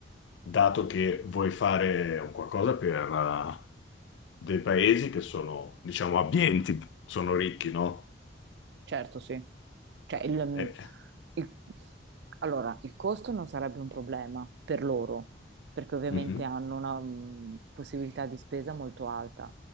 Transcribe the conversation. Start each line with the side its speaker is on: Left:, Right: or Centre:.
Left: dato che vuoi fare un qualcosa per eh, dei paesi che sono, diciamo, abbienti, sono ricchi, no?
Right: Certo, sì. Cioè, il- mm,
Left: Eh,
Right: il- allora, il costo non sarebbe un problema per loro, perché ovviamente
Left: mhm,
Right: hanno una mm, possibilità di spesa molto alta.